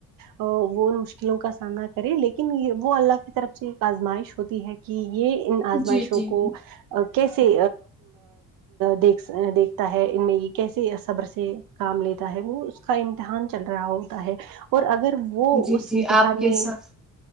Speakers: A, on the right (about 45°); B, in the centre.
A: وہ ان مشکلوں کاسامنا کرے لیکن وہ اللہ کی طرف سےایک آزمائش ہوتی ہے کی یہ ان آزمائشوں
B: جی جی
A: کو کیسے دیک دیکھتا ہے ان میں یہ کیسے صبر سے کام لیتا ہے وہ کا امتحان چل رہا ہوتا ہے اور اگر وہ
B: جی
A: اس
B: جی
A: امتحان
B: آپ کے
A: میں
B: ساتھ